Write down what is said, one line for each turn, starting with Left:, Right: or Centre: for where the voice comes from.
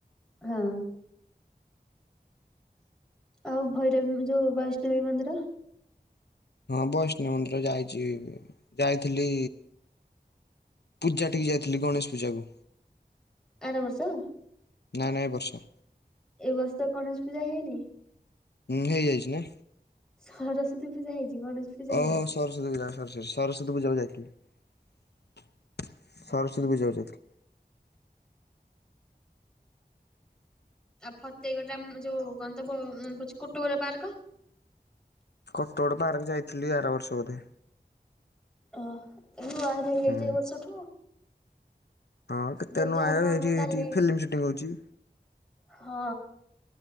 Centre: ହଁ। ଆଉ ଭୈରଵୀ ଯୋଉ ବୈଷ୍ଣବୀ ମନ୍ଦିର।
Left: ହଁ ବୈଷ୍ଣଵ ମନ୍ଦିର ଯାଇଚି ଯାଇଥିଲି। ପୂଜା ଟିକି ଯାଇଥିଲି ଗଣେଶ ପୂଜାକୁ
Centre: ଆର ବର୍ଷ
Left: ନାଇଁ ନାଇଁ ବର୍ଷା
Centre: ଏ ବର୍ଷ ଗଣେଶ ପୂଜା ହେଇନି
Left: ହୁଁ, ହେଇଯାଇଛି ନି
Centre: ସରସ୍ଵତୀ ପୂଜା ହେଇଛି ଗଣେଶ ପୂଜା
Left: ଓହୋ
Centre: ହେଇନି।
Left: ସରସ୍ଵତୀ ପୂଜା ସରିସରି ସରସ୍ୱତୀ ପୂଜାକୁ ଯାଇଥିଲି ସରସ୍ୱତୀ
Centre: ଆଚ୍ଛା
Left: ପୂଜାକୁ ଯାଇଥିଲି
Centre: ଆଉ ଫତେେଇଗଡାମ ଯୋଉ କଣ ତ ମନେ ପଡୁଛି କୁଟୋଗୋରା ପାର୍କ
Left: କଟଗୋଡ ପାର୍କ ଯାଇଥିଲି ଆର ବର୍ଷ ବୋଧେ
Centre: ଅହ ଏହୁଆ ହେଇଯାଇଛି
Left: ହୁଁ।
Centre: ଏ ବର୍ଷଠୁ
Left: ହଁ କେତେ
Centre: ଯଦି
Left: ନୂଆ
Centre: ହବ
Left: ଏଇଠି
Centre: ଆମେ
Left: ଏଇଠି
Centre: କାଲି
Left: ଫିଲ୍ମ ସୁଟିଂ ହଉଛି
Centre: ହଁ